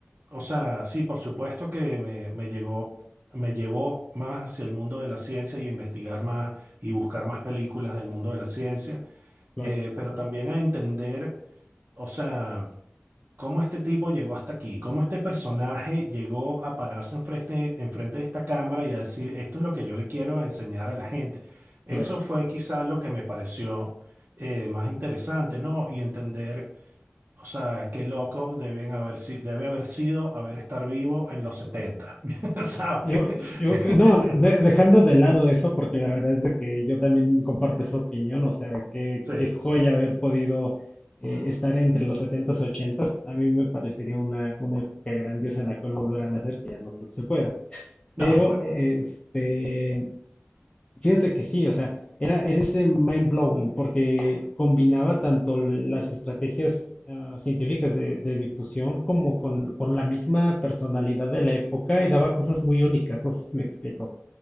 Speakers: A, on the right; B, on the left.
A: O sea, sí, por supuesto que me, me llegó, me llevó más hacia el mundo de la ciencia y a investigar más y buscar más películas del mundo de la ciencia,
B: claro,
A: eh, pero también a entender, o sea, cómo este tipo llegó hasta aquí, cómo este personaje llegó a pararse enfrente, enfrente de esta cámara y a decir, esto es lo que yo le quiero enseñar a la gente. Eso
B: claro.
A: fue quizá lo que me pareció eh, más interesante, ¿no? Y entender o sea, qué locos deben haber, si- debe haber sido haber estar vivo en los 70, <laughs> ¿sabes?
B: Yo, yo,
A: <laughs>
B: no, de- dejando de lado eso, porque la verdad es de que yo también comparto esa opinión, o sea, qué,
A: Sí,
B: qué joya haber podido eh, estar entre los setentas ochentas a mí me parecería una, una época grandiosa en la cual volver a nacer, que ya no creo que se pueda.
A: no, pues,
B: Este, fíjate que sí, o sea, era, era ese mind blowing, porque combinaba tanto las estrategias ah, científicas de, de difusión como con, con la misma personalidad de la época y daba cosas muy únicas, no sé si me explico.